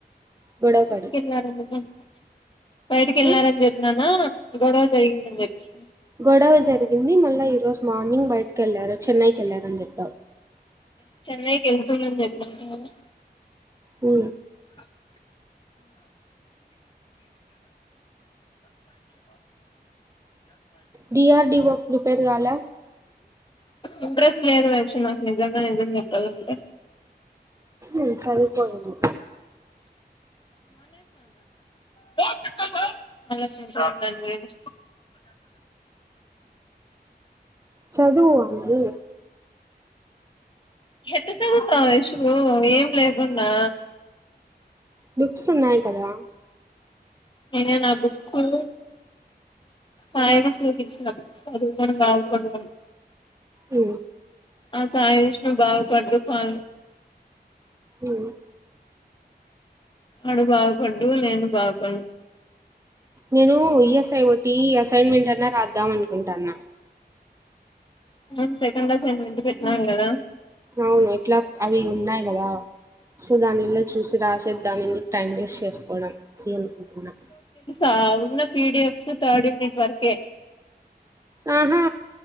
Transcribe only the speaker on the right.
గొడవ
పడి
ఉమ్
గొడవ జరిగింది మళ్ళా ఈ రోజు మార్ న్నింగ్ బయటకి ఎళ్ళారు చెన్నైకి ఎళ్ళారు అండి టా
ఊ
డిఆర్డిఓ ప్రిపేర్ కాలా
ఉమ్ సదుకో నువ్వు
చదువ్వు వా మళ్ళీ
బుక్స్ ఉన్నాయి కదా
ఉమ్
ఊ
ఉమ్
నేనూ ఈఎస్ ఐ ఒకటీ ఏస్ అసైన్మెంట్ అన్నా రాద్దాం అనుకుంటాన్న
అవును ఎట్లా అవి ఉన్నాయి కదా సో దాన్ని ఇల్లే చూసి రాసేద్దాం ఎందుకు టైం వేస్ట్ చేసుకోవడం అని సేమ్ అనుకుంటున్నా
ఆహా